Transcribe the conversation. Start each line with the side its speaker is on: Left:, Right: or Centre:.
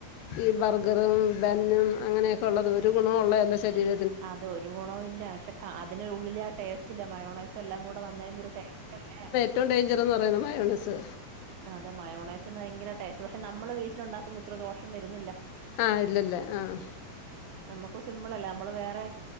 Left: ഈ ബർഗറും ബന്നും അങ്ങനെയൊക്കെ ഉള്ളത് ഒരു ഗുണവുഉള്ള അല്ല ശരീര
Right: അത് ഒരു ഗുണവുല്ല പക്ഷെ ക അതിന് ഉള്ളിലെ ആ ടേസ്റ്റില്ല മയോണയ്‌സ്. എല്ലാം കൂടെ വന്ന കഴിയുമ്പരു ടേസ്റ്റല്ലേ.
Left: റ്റും ഡേഞ്ചർന്ന് പറയുന്ന മയോണൈസ്.
Right: അതെ മയോണൈസ്ന്ന് ഭയങ്കര ടേസ്റ്റ് പക്ഷെ നമ്മള് വീട്ടിലുണ്ടാക്കുമ്പ ഇത്ര ദോഷം വരുന്നില്ല.
Left: ആഹ് ഇല്ലല്ലേ ആഹ്.
Right: നമ്മക്കു സിമ്പിളല്ലേ നമ്മള് വേറെ